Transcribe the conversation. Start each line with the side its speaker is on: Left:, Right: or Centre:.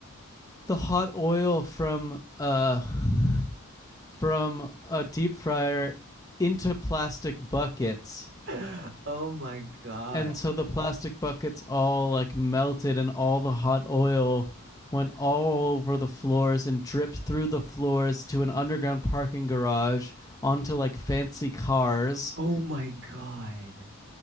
Left: the hot oil from uh <laughs> from a deep fryer into plastic buckets
Right: <gasps> Oh my God.
Left: and so the plastic buckets all like melted and all the hot oil went all over the floors and dripped through the floors to an underground parking garage onto like fancy cars
Right: Oh my God.